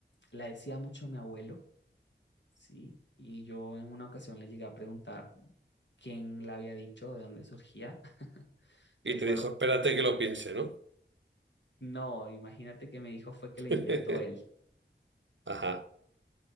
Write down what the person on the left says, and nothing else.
la decía mucho mi abuelo, ¿sí? Y yo en una ocasión le llegué a preguntar quién la había dicho, de dónde surgía. <laughs>
Recuerdo
No, imagínate que me dijo fue que la
inventó él.